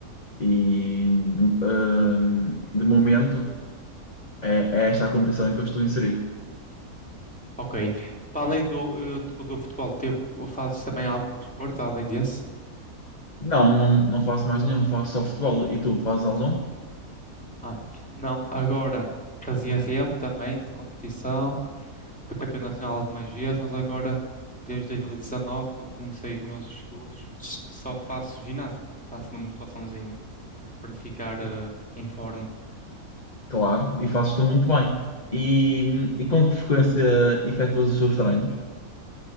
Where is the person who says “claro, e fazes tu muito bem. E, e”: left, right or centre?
Left